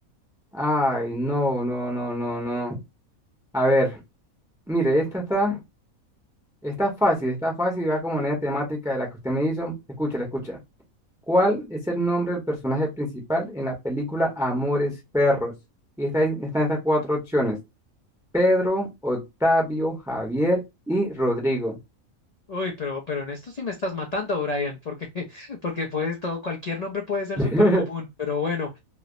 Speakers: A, in the centre; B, on the left.
A: Ay, no, no, no, no, no. A ver, mire, esta está. Está fácil, está fácil y va como manera temática de la que usted me hizo. Escúchala, escucha. ¿Cuál es el nombre del personaje principal en la película Amores Perros? Y está, ahí- están estas cuatro opciones: Pedro, Octavio, Javier y Rodrigo.
B: Uy, pero, pero en esto sí me estás matando, Brian, porque, <laughs> porque puedes todo, cualquier nombre puede ser
A: <laughs>
B: súper común, pero bueno.